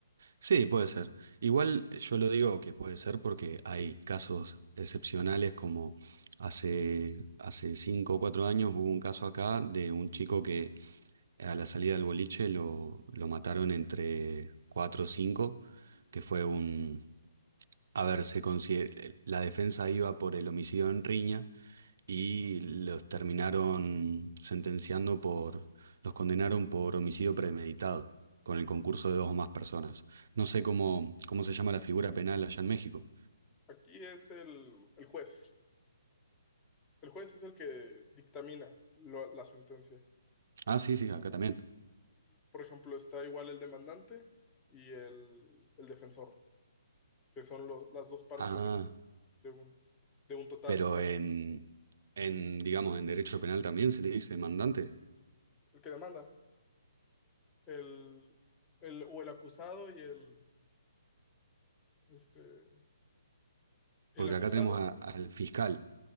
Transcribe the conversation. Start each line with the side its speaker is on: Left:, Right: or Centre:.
Right: Sí, puede ser. Igual eh, yo lo digo que puede ser porque hay casos excepcionales como hace, hace cinco o cuatro años hubo un caso acá de un chico que a la salida del boliche lo, lo mataron entre cuatro o cinco, que fue un... A ver, se consider- la defensa iba por el homicidio en riña y los terminaron sentenciando por, los condenaron por homicidio premeditado, con el concurso de dos o más personas. No sé cómo, cómo se llama la figura penal allá en México.
Left: Aquí es el, el juez. El juez es el que dictamina lo- la sentencia.
Right: Ah, sí, sí, acá también.
Left: Y, por ejemplo, está igual el demandante y el, el defensor, que son lo- las dos partes
Right: Ah,
Left: de un, de un total.
Right: pero
Left: Por ejemplo,
Right: en, en, digamos, en derecho penal también se le dice mandante,
Left: el que demanda, el, el, o el acusado y el, este, el
Right: porque
Left: acusado.
Right: acá tenemos a- al fiscal.